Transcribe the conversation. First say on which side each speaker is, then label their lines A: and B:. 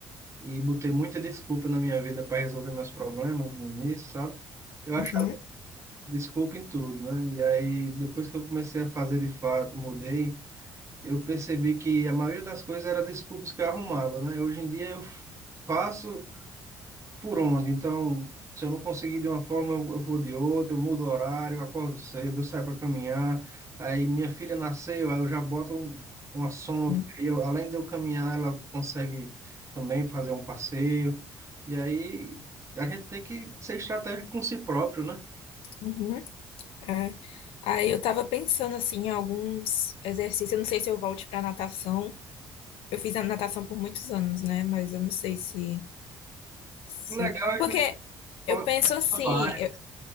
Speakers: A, on the right; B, on the left.
A: e botei muita desculpa na minha vida para resolver meus problemas no início, sabe? Eu achava
B: Uhum,
A: desculpa em tudo, né? E aí, depois que eu comecei a fazer de fato, mudei, eu percebi que a maioria das coisas era desculpas que eu arrumava, né? Hoje em dia eu faço por onde. Então, se eu não conseguir de uma forma, eu eu vou de outra, eu mudo o horário, eu acordo cedo, eu saio para caminhar. Aí minha filha nasceu, aí eu já boto um- uma soma,
B: uhum,
A: porque aí eu, além de eu caminhar, ela consegue também fazer um passeio. E aí a gente tem que ser estratégico com si próprio, né?
B: uhum, é. Aí eu tava pensando assim em alguns exercícios. Eu não sei se eu volte para natação. Eu fiz a natação por muitos anos, né? Mas eu não sei se Sim.
A: O legal é
B: Porque
A: que você pode
B: eu penso
A: testar
B: assim,
A: vários.
B: eu-